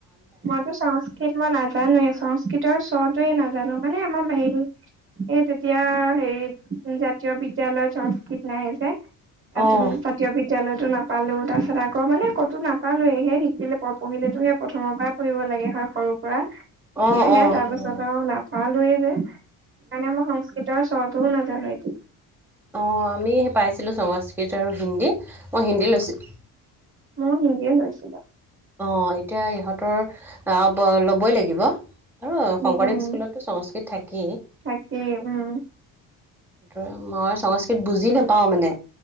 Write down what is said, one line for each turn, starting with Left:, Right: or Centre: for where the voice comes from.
Right: মইতো সংস্কৃৃত মই নাজানোৱে। সংস্কৃতৰ স্বটোৱে নাজানো মানে আমাৰ বাহিৰ এই এতিয়া হেৰি জাতীয় বিদ্যালয়ত সংস্কৃত নাই যে জাত
Centre: অঁ
Right: -জাতীয় বিদ বিদ্যালয়তো নাপালো তাৰপিছত আকৌ মানে কতো নাপালোৱেহে শিকিলে পঢ়িলেতোহে প্ৰথ প্ৰথমৰ পৰা পুৰিব লাগে হয় সৰুৰ পৰা, তেতিয়াহে
Centre: অঁ অঁ
Right: তাৰ
Centre: সেইটো
Right: পাছত
Centre: হয়
Right: আৰু না ভালয়ে যে সেইকাৰণে আমাৰ সংস্কৃতৰ শ্বৰটো নাজানো এতিয়া।
Centre: অঁ আমি পাইছিলোঁ সংস্কৃত আৰু হিন্দী। মই হিন্দী লৈচিলোঁ।
Right: মই হিন্দীয়ে লৈছিলো।
Centre: অ এতিয়া ইহঁতৰ অ ব ল'বই লাগিব। আৰু
Right: উম
Centre: শংকৰদেৱ
Right: উম
Centre: স্কুলতো সংস্কৃত থাকেই।
Right: তাকেই উম
Centre: সেই মই সংস্কৃত বুজি নাপাওঁ মানে।